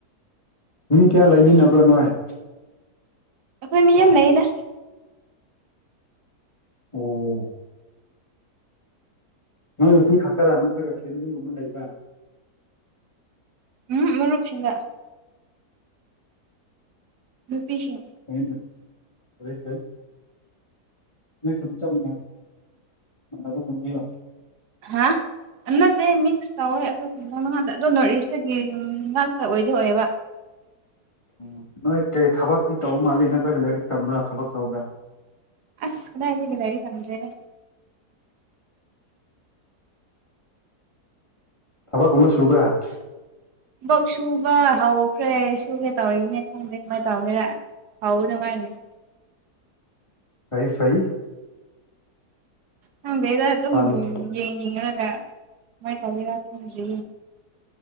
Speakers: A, on the left; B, on the right.
A: ꯃꯤ ꯀꯌꯥ ꯂꯩꯃꯤꯟꯅꯕ꯭ꯔꯣ ꯅꯣꯏ
B: ꯑꯩꯈꯣꯏ ꯃꯤ ꯑꯃ ꯂꯩꯗ
A: ꯑꯣ ꯅꯣꯏ ꯅꯨꯄꯤ ꯈꯛꯇꯔꯥ ꯅꯠꯇ꯭ꯔꯒ ꯐꯦꯃꯤꯂꯤꯒꯨꯝꯕ ꯂꯩꯕ꯭ꯔꯥ
B: ꯎꯝ ꯃꯨꯔꯨꯞꯁꯤꯡꯗ ꯔꯨꯄꯤꯁꯤꯡ
A: ꯁꯥꯏ ꯁꯥꯏ ꯅ ꯈꯣꯂ ꯆꯝꯒꯦ ꯆꯅꯕ ꯈꯟꯖ ꯂꯣ
B: ꯍꯥ ꯅꯠꯇꯦ ꯃꯤꯛꯁ ꯇꯧꯋꯦ ꯑꯩꯈꯣꯏ ꯈꯖꯪ ꯃꯉꯥꯗ ꯑꯗꯣ ꯅꯣꯔꯠ ꯏꯁꯇꯒꯤ ꯉꯥꯛꯇ ꯑꯣꯏꯗꯤ ꯑꯣꯏꯌꯦꯕ
A: ꯑꯣ ꯅꯣꯏ ꯀꯩ ꯊꯕꯛꯇꯤ ꯇꯧꯕ ꯃꯥꯜꯂꯤ ꯅꯠꯇ꯭ꯔꯒ ꯂꯥꯏꯔꯤꯛ ꯇꯝꯕ꯭ꯔꯥ ꯊꯕꯛ ꯇꯧꯕ꯭ꯔꯥ
B: ꯑꯁ ꯀꯥꯏꯗꯤꯒꯗꯔꯤ ꯇꯝꯗ꯭ꯔꯦꯗ
A: ꯊꯕꯛ ꯑꯃ ꯁꯨꯕ꯭ꯔꯥ
B: ꯕꯛ ꯁꯨꯕ ꯍꯧꯈ꯭ꯔꯦ ꯁꯨꯒꯦ ꯇꯧꯔꯤꯅꯦ ꯈꯪꯗꯦ ꯀꯃꯥꯏꯅ ꯇꯧꯒꯦꯔ ꯍꯥꯎꯗ ꯃꯥꯥꯏꯅꯦ
A: ꯐꯩ ꯐꯩ
B: ꯍꯪꯗꯦꯗ ꯑꯗꯨꯝ
A: ꯄꯥꯜꯂꯣ
B: ꯌꯦꯡ ꯌꯦꯡꯒ ꯀꯃꯥꯏꯅ ꯇꯧꯒꯦꯔ ꯈꯪꯗ꯭ꯔꯤ